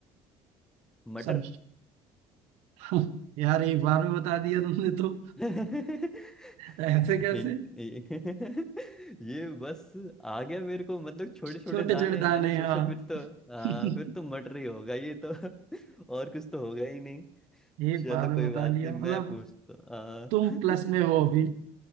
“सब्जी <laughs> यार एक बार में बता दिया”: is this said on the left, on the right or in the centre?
Right